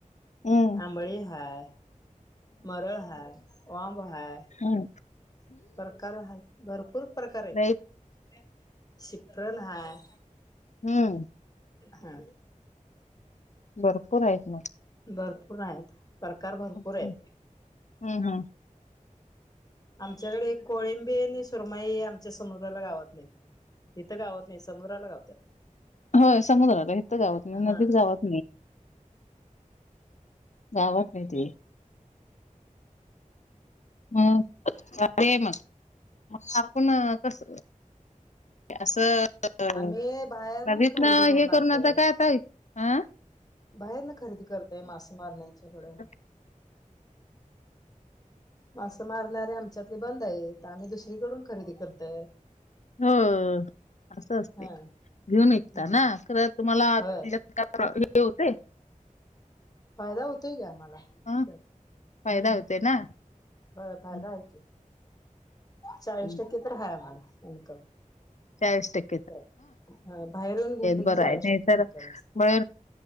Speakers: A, on the left; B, on the left.
A: हं.
B: आंबळी हाय मरळ हाय वांब हाय.
A: हम्
B: प्रकार आहे भरपूर प्रकार आहेत
A: नाहीत
B: शिप्रण हाय
A: हम्
B: हा
A: भरपूर आहेत मग
B: भरपूर आहेत. प्रकार भरपूर
A: हम्
B: आहेत
A: हम् हम् हम्.
B: आमच्याकडे कोळिंबी आणि सुरमाई आमच्या समुद्राला गावत नाहीत. इथं गावत नाही समुद्राला गावतात.
A: होय समुद्रला इथं गावत नदीत
B: हा
A: गावत. <unintelligible> नाही ते. ह अरे आहे मग आपण कस. असं
B: आम्ही बाहेर
A: नवीत
B: खरेदी
A: ना हे
B: आणतय
A: करून आता काय आता हं.
B: बाहेर ना खरेदी करतय मासे मारण्याच्याकडं
A: <unintelligible>
B: मासे मारणारे आमच्यातले बंद आहेत आम्ही दुसरीकडून खरेदी करतोय.
A: हो असं असतेय
B: हा
A: घेऊन इकता
B: हम्म
A: ना खरं तुम्हाला.
B: होय
A: <unintelligible> <unintelligible> हे होते,
B: फायदा होतोय कीआम्हाला,
A: अ?
B: त्यात
A: फायदा
B: हम्,
A: होते ना?
B: होय फायदा
A: हं,
B: आहे की, चाळीस
A: हं.
B: टक्के तर आहे आम्हाला, इन्कम.
A: चाळीस टक्के,
B: त्या बाहेरून घेतलं
A: बरं
B: की, चाळीस
A: आहे. नाहीतर
B: टक्के इन्कम असते.